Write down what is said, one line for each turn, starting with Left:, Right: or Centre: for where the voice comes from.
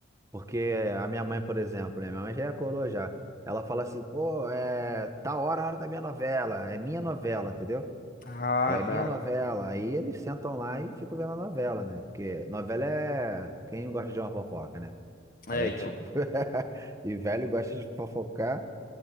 Right: Porque a minha mãe, por exemplo, né? Minha mãe já é coroa já. Ela fala assim, pô, é tá hora, a hora da minha novela. É minha novela, entendeu?
Left: Ah,
Right: É minha
Left: tá.
Right: novela. Aí eles sentam lá e ficam vendo a novela, né? Porque novela é quem gosta de uma fofoca, né?
Left: É,
Right: É
Left: então.
Right: tipo, <laughs> e velho gosta de fofocar.